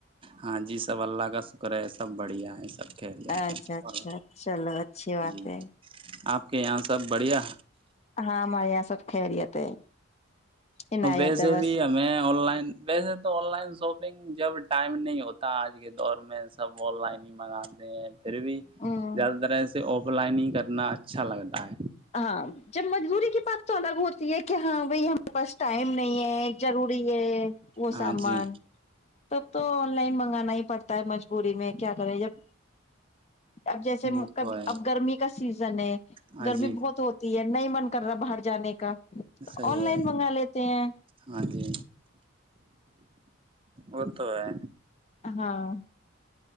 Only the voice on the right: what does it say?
ہاں جی سب اللہ کا شکر ہے سب بڑھیا ہے سب خیریت
ہے
اور
جی
آپ کے یہاں سب بڑھیا
تو ویسے
بھی ہمیں آن لائن ویسے تو آن لائن شاپنگ جب ٹائم نہیں ہوتا آج کے دور میں سب آن لائن ہی منگاتے ہیں پھر بھی
زیادہ تر ایسے آ لائنگ کرنا اچھا لگتا ہے
ہاں
جی
وہ
تو ہے
ہاں جی
صحی
ہے
ہاں جی اتو ہے